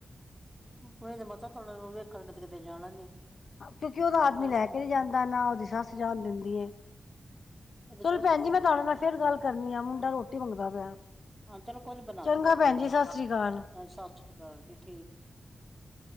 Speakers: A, in the centre; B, on the left.
A: ਹੂੰ ਕੋਈ ਨਹੀਂ ਮਾਤਾ ਥੋਨੂੰ ਨੂੰਹ ਦੇਖਣ ਤੇ ਕਿਤੇ ਜਾਣਾ ਨੀ।
B: ਕਿਉਂਕਿ ਉਹਦਾ ਆਦਮੀ
A: ਇਹ ਤਾਂ
B: ਲੈ ਕੇ ਨਹੀਂ ਜਾਂਦਾ, ਨਾ ਉਹਦੀ ਸੱਸ ਜਾਣ ਦਿੰਦੀ ਹੈ। ਚਲੋ
A: ਗ਼ਲਤ
B: ਭੈਣ
A: ਹੈ
B: ਜੀ ਮੈਂ
A: ਨਾ
B: ਤੁਹਾਡੇ
A: ਫਿਰ
B: ਨਾਲ ਫੇਰ ਗੱਲ ਕਰਨੀ ਆ ਮੁੰਡਾ ਰੋਟੀ ਮੰਗਦਾ ਪਿਆ।
A: ਹਾਂ ਚਲੋ ਕੋਈ ਨੀ ਬਣਾ
B: ਚੰਗਾ
A: ਕੇ ਦੇ ਦਿਉ
B: ਭੈਣ ਜੀ
A: ਜਾ
B: ਸਤਿ ਸ੍ਰੀ ਅਕਾਲ।
A: ਸਸ ਰੀ ਕਾਲ ਜੀ ਠੀਕ।